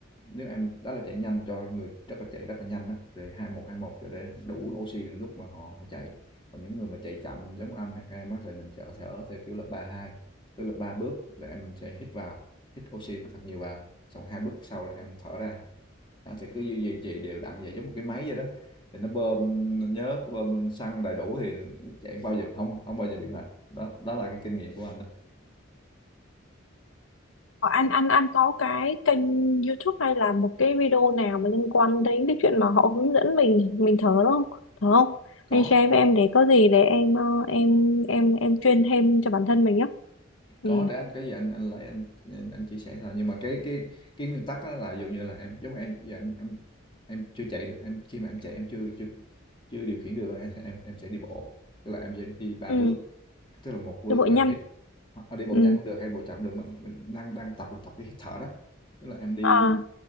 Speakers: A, on the left (about 25°); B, on the left (about 85°).
A: nếu em đó là chạy nhanh cho người rất là chạy rất là nhanh á thì hai một hai một cho để đủ oxy lúc mà họ, họ chạy còn những người mà chạy chậm giống anh hay em á thì mình chở thở theo kiểu là ba hai tức là ba bước là em sẽ hít vào hít oxy thật nhiều vào xong hai bước sau là em thở ra đó, thì cứ duy duy trì đều đặn vậy giống một cái máy vậy đó thì nó bơm nó nhớ bơm xăng đầy đủ thì chạy bao giờ không không bao giờ bị mệt đó đó là cái kinh nghiệm của anh đó
B: Ờ, Anh anh anh có cái kênh YouTube hay là một cái video nào mà liên quan đến cái chuyện mà họ hướng dẫn mình mình thở đúng không? Thở không?
A: có
B: Anh share
A: có
B: với em để có gì để em ờ, em em em chuyên thêm cho bản thân mình á. Ừ.
A: có để anh cái gì anh anh lấy anh anh, chia sẻ thôi nhưng mà cái cái cái nguyên tắc đó là ví dụ như là em giống em giờ em em em chưa chạy được em khi mà em chạy em chưa chưa chưa điều khiển được em em, em sẽ đi bộ tức là em sẽ đi ba
B: Ừ.
A: bước tức là một bước
B: Cho bụi
A: là
B: nhanh.
A: hít Hoặc đi bộ
B: Ừ.
A: nhanh không được hay bộ chậm cũng được, mình mình đang đang tập tập cái hít thở đó. Tức là em đi
B: À.